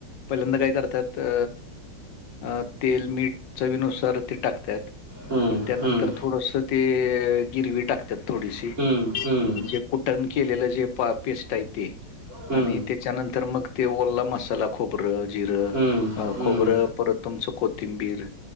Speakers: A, on the left; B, on the right.
A: पहिल्यांदा काय करतात अ अ तेल मीठ चवीनुसार ते टाकतात
B: हम्म
A: परत त्यानंतर
B: हम्म
A: थोडस ते गिरवी टाकतात थोडीशी म्हणजे
B: हम्म हम्म
A: कूट टनं केलेलं जे पा पेस्ट आहे ते
B: हम्म
A: आणि त्याच्यानंतर मग ते ओला मसाला खो बरं जिरं
B: हम्म हम्म
A: खोबरं परत तुमचं कोथिंबीर